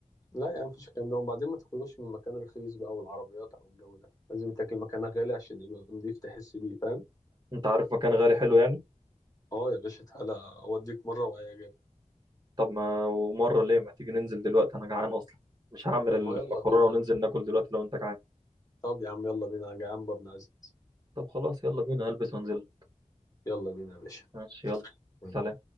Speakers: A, on the left; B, on the right.
A: لا يعني مفيش الكلام ده وبعدين ما تاكلوش من مكان رخيص بقى والعربيات او الجو ده لازم تاكل مكان غالي عشان يبقى نضيف تحس بيه فاهم
B: انت عارف مكان غالي حلو يعني
A: اه يا باشا تعالى اوديك مرة وهيعجبك
B: طب ما ومره ليه ما تيجي ننزل دلوقتي انا جعان اصلا مش هعمل
A: طب
B: المكرونه
A: ما يلا بينا
B: وننزل
A: يا عم
B: ناكل دلوقتي لو انت جعان
A: طب يا عم يلا بينا انا جعان برضه عايز
B: طب خلاص يلا بينا هلبس وانزل
A: يلا بينا يا باشا
B: ماشي يلا
A: يلا.
B: سلام